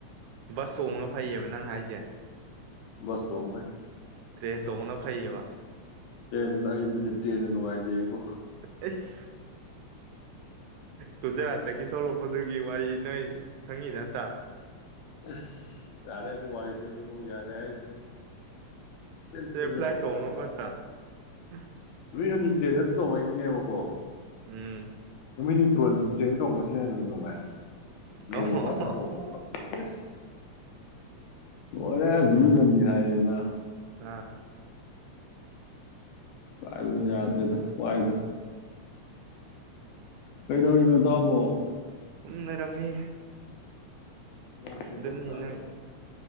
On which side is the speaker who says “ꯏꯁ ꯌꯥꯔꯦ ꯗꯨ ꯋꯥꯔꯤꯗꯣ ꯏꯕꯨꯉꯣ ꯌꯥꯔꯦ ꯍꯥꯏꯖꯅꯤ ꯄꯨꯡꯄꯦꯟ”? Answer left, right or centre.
Left